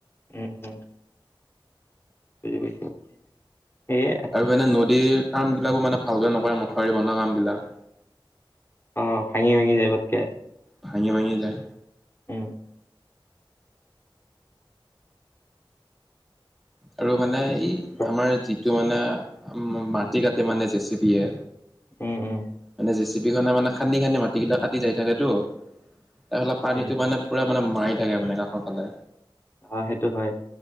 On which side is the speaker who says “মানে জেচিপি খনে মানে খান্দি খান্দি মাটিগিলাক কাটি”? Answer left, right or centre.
Centre